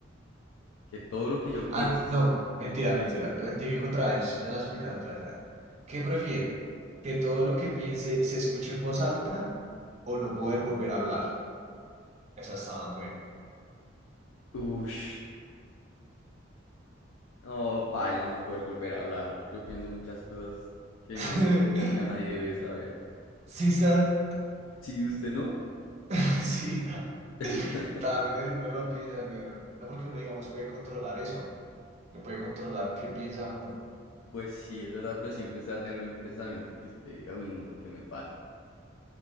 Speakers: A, on the left; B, on the right.
A: Que todo lo que yo piense
B: Ah,
A: se
B: no,
A: escuche.
B: mentira, mentira.
A: ¿Cómo es?
B: Rectifico otra vez. Se lo voy a explicar otra vez. A ver, ¿Qué prefiere? ¿Que todo lo que piense se escuche en voz alta o no poder volver a hablar? Esa está más buena.
A: Ush. No, paila, no poder volver a hablar. Yo pienso muchas cosas que
B: <laughs>
A: no, nunca nadie debe saber.
B: Sí, ¿sabes?
A: Sí, usted no.
B: <laughs> Sí, ta-
A: <laughs>
B: también pero uno lo piensa, weón. No porque uno, digamos, puede controlar eso. No puede controlar qué piensa uno.
A: Pues sí, es verdad, pero siempre usted va a tener algún pensamiento que usted diga, uy, no, ¿qué me pasa?